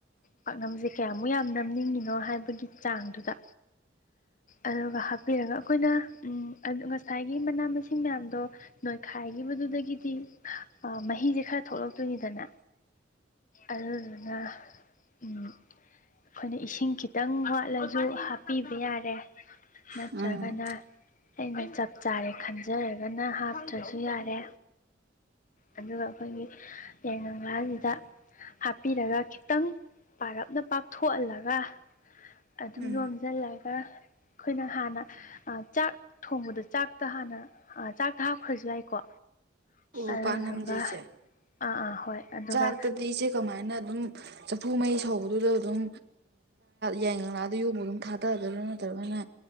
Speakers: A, on the left; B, on the right.
A: ꯄꯥꯛꯅꯝꯁꯦ ꯀꯌꯥꯃꯨꯛ ꯌꯥꯝ ꯅꯝꯅꯤꯡꯉꯤꯅꯣ ꯍꯥꯏꯕꯒꯤ ꯆꯥꯡꯗꯨꯗ ꯑꯗꯨꯒ ꯍꯥꯞꯄꯤꯔꯒ ꯑꯩꯈꯣꯏꯅ ꯉꯁꯥꯏꯒꯤ ꯃꯅꯥ ꯃꯁꯤꯡ ꯃꯌꯥꯝꯗꯣ ꯅꯣꯏꯈꯥꯏ ꯍꯥꯏꯈꯤꯕꯗꯨꯗꯒꯤꯗꯤ ꯃꯍꯤꯁꯦ ꯈꯔ ꯊꯣꯛꯂꯛꯇꯣꯏꯅꯤꯗꯅ ꯑꯗꯨꯅ ꯑꯩꯈꯣꯏꯅ ꯏꯁꯤꯡ ꯈꯤꯇꯪ ꯋꯥꯠꯂꯁꯨ ꯍꯥꯞꯄꯤꯕ ꯌꯥꯔꯦ ꯅ
B: ꯎꯝ ꯑꯣ
A: ꯆꯒꯅ ꯑꯩꯅ ꯆꯞ ꯆꯥꯔꯦ ꯈꯟꯖꯔꯒꯅ ꯍꯥꯞꯇ꯭ꯔꯁꯨ ꯌꯥꯔꯦ ꯑꯗꯨꯒ ꯑꯩꯈꯣꯏꯒꯤ ꯌꯥꯏꯉꯥꯁꯤꯗ ꯍꯥꯞꯄꯤꯔꯒ ꯈꯤꯇꯪ ꯄꯥꯔꯞꯅ ꯄꯥꯛꯊꯣꯛꯍꯜꯂꯒ ꯑꯗꯨꯝ
B: ꯎꯝ
A: ꯌꯣꯝꯁꯤꯜꯂꯒ ꯑꯩꯈꯣꯏꯅ ꯍꯥꯟꯅ ꯆꯥꯛ ꯊꯣꯡꯕꯗ ꯆꯥꯛꯇ ꯍꯥꯟꯅ ꯆꯥꯛꯇ ꯍꯥꯞꯈ꯭ꯔꯁꯨ ꯌꯥꯏꯀꯣ
B: ꯑꯣ
A: ꯑꯗꯨꯗꯨꯒ
B: ꯄꯥꯛꯅꯝꯁꯦ ꯏꯆꯦ
A: ꯑꯥ ꯑꯥ ꯍꯣꯏ ꯑꯗꯨꯒ
B: ꯆꯥꯛꯇꯗꯤ ꯏꯆꯦ ꯀꯃꯥꯏꯅ ꯑꯗꯨꯝ ꯆꯐꯨ ꯃꯩ ꯁꯧꯕꯗꯨꯗ ꯑꯗꯨꯝ ꯌꯦꯡꯉ ꯑꯗ ꯌ ꯑꯗꯨ ꯊꯥꯗꯗꯣꯏꯔꯥ ꯅꯠꯇ꯭ꯔꯒꯅ